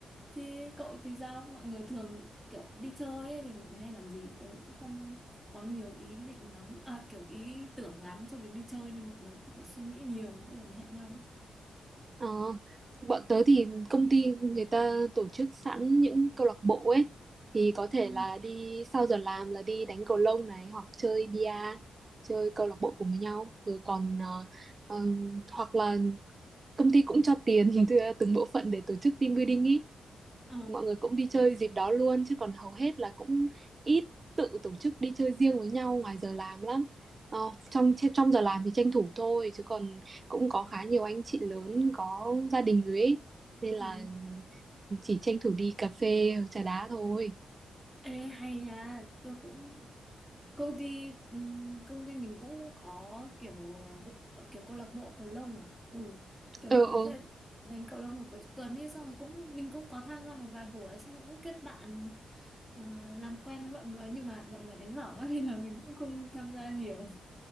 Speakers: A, in the centre; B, on the right.
A: Thì cậu thì sao? Mọi người thường kiểu đi chơi ấy, thì mọi người hay làm gì? Tớ cũng không có nhiều ý định lắm à, kiểu ý tưởng lắm cho việc đi chơi nên mọi người cũng phải suy nghĩ nhiều mỗi lần hẹn nhau ấy
B: Ờ, bọn tớ thì công ty người ta tổ chức sẵn những câu lạc bộ ấy thì có thể
A: ừ.
B: là đi sau giờ làm là đi đánh cầu lông này hoặc chơi bia chơi câu lạc bộ cùng với nhau rồi còn ờ, ờ, hoặc là công ty cũng cho tiền <laughs> từ- từng bộ phận để tổ chức team building ý
A: Ờ.
B: mọi người cũng đi chơi dịp đó luôn chứ còn hầu hết là cũng ít tự tổ chức đi chơi riêng với nhau ngoài giờ làm lắm ờ, trong trong giờ làm thì tranh thủ thôi chứ còn cũng có khá nhiều anh chị lớn có gia đình rồi ấy. nên là
A: Ừ.
B: chỉ tranh thủ đi cà phê trà đá thôi
A: Ê, hay nha tôi cũng công ty ừm, công ty mình cũng có kiểu ờ, bộ ờ, kiểu câu lạc bộ cầu lông à ừ. kiểu
B: ờ
A: mọi
B: ờ
A: người sẽ đánh cầu lông vào cuối tuần đi xong rồi cũng mình cũng có tham gia một vài buổi xong rồi cũng kết bạn ờ, làm quen với mọi người nhưng mà mọi người đánh giỏi quá <laughs> nên là mình cũng không tham gia nhiều